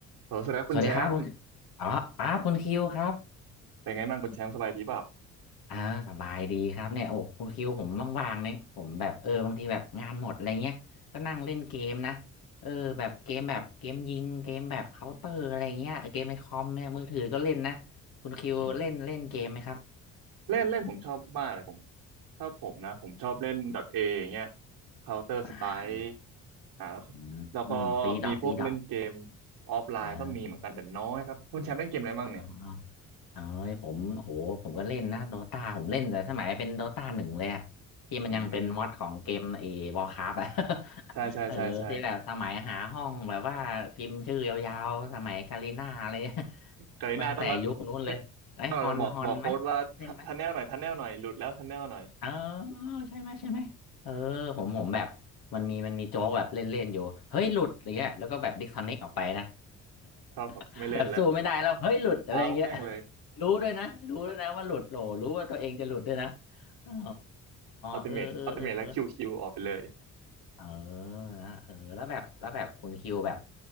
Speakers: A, on the right; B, on the left.
A: โหสวัสดีครับคุณแชมป์
B: สวัสดีครับคุณอ๋ออ๋อคุณคิวครับ
A: เป็นไงบ้างคุณแชมป์สบายดีเปล่า
B: อ่าสบายดีครับเนี่ยโอ้คุณคิวผมว่างๆเนี่ยผมแบบเออบางทีแบบงานหมดอะไรเงี้ยก็นั่งเล่นเกมนะ เออแบบเกมแบบเกมยิงเกมแบบเคาน์เตอร์อะไรเงี้ยเกมในคอมเนี่ยมือถือก็เล่นนะคุณคิวเล่นเล่นเกมไหมครับ
A: อืมเล่นเล่นผมชอบมากเลยผมถ้าผมนะผมชอบเล่น .A อย่างเงี้ย Counter
B: อา
A: Strike อ่าแล้วก็แล้วก็
B: ืมอืมตีดอทตีดอท
A: มีพวกเล่นเกมออฟไลน์ก็มีเหมือนกันแต่น้อยครับคุณแชมป์เล่นเกมอะไรบ้างเนี่ย
B: เอออ๋อ เอ้ยผมโหผมก็เล่นนะโดตาผมเล่นแต่สมัยเป็นโดตาหนึ่งเลยอะที่มันยังเป็นมอดของเกมเอวอร์คราฟอะ
A: อืม
B: <laughs>
A: ใช่ใช่ใช่ใช่
B: เออที่แบบสมัยหาห้องแบบว่าพิมพ์ชื่อยาวๆสมัยกาลิน่าเลย <laughs>
A: กรีน่าต้องรัด
B: ตั้งแต่ยุคนู้นเลยไอ้ฮอนฮอนไหมเล่นไหม
A: <laughs> ต้องจะบอกบอกโค้ดว่าทันแนลหน่อยทันแนลหน่อยหลุดแล้วทันแนลหน่อย
B: เออใช่ไหมใช่ไหมเออผมผมแบบมันมีมันมีโจ๊กแบบเล่นๆอยู่เฮ้ยหลุดอะไรเงี้ยแล้วก็แบบดิสคอนเน c t ออกไปนะ
A: ครับผมไม่เล่นแล้ว
B: <laughs> แบบสู้ไม่ได้แล้วเฮ้ยหลุดอะไรเงี้ย
A: เอาแม่งเลย
B: รู้ด้วยนะรู้ด้วยนะว่าหลุดโหลรู้ว่าตัวเองจะหลุดด้วยนะอ๋อ
A: <laughs> อัลติเมทอัลติเมทแล้วคิวคิวออกไปเลย
B: เออเออเออเออเออนะเออแล้วแบบแล้วแบบคุณคิวแบบ